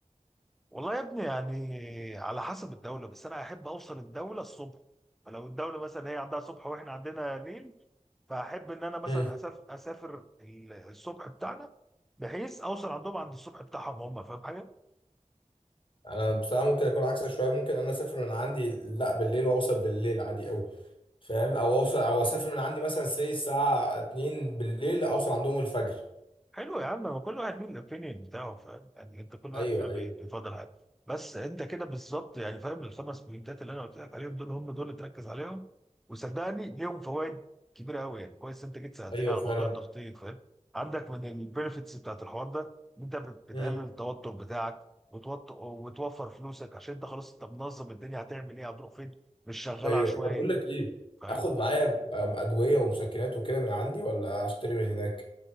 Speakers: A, in the centre; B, on the left (about 40°).
A: والله يا ابني يعني على حسب الدولة بس انا احب اوصل الدولة الصبح فلو الدولة مثلا هي عندها صبح واحنا عندنا ليل فاحب ان انا مثلا
B: مم.
A: اسافر اسافر ال- الصبح بتاعنا بحيث اوصل عندهم عند الصبح بتاعهم هم فاهم حاجه
B: انا بصراحه ممكن اكون عكسك شويه ممكن انا اسافر من عندي لا بالليل واوصل بالليل عادي قوي فاهم او اوصل او اسافر من عندي مثلا سي الساعه 2 بالليل اوصل عندهم الفجر
A: حلو يا عم هو كل واحد له الاوبينيون بتاعه فاهم يعني انت كل واحد
B: ايوه
A: فينا بي-
B: ايوه
A: بيفضل حاجه بس انت كده بالظبط يعني فاهم الخمس بوينتات اللي انا قلت لك عليهم دول هم دول اللي تركز عليهم وصدقني ليهم فوائد كبيره قوي يعني كويس انت جيت سالتني
B: ايوه
A: على
B: فعلا
A: موضوع التخطيط فاهم عندك من البنفيتس بتاعت الحوار ده ان انت بتقلل
B: امم
A: التوتر بتاعك وتوت- وتوفر فلوسك عشان انت خلاص انت منظم الدنيا هتعمل ايه هتروح فين مش شغال
B: ايوه
A: عشوائي
B: طب بقول لك ايه
A: فاهم
B: اخد معايا ادويه ومسكنات وكده من عندي ولا اشتري من هناك